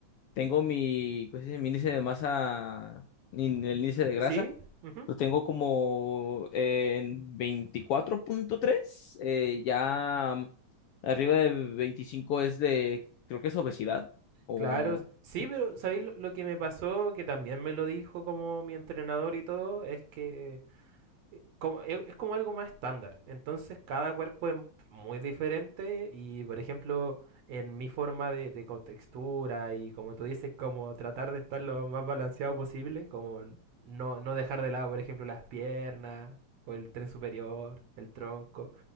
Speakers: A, on the left (about 70°); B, on the right (about 65°).
A: Tengo mi, ¿cómo se dice? Mi índice de masa, in- el índice de grasa,
B: ¿Sí? Ujú.
A: lo tengo como eh, en 24.3, eh, ya mm, arriba de 25 es de, creo que es obesidad, o...
B: Claro, sí,
A: Sí,
B: pero ¿sabéis lo, lo que me pasó? Que también me lo dijo como mi entrenador y todo, es que eh, como, es, es como algo más estándar. Entonces cada cuerpo es muy diferente y, por ejemplo, en mi forma de, de contextura y como tú dices, como tratar de estar lo más balanceado posible, como n- no, no dejar de lado, por ejemplo, las piernas o el tren superior, el tronco.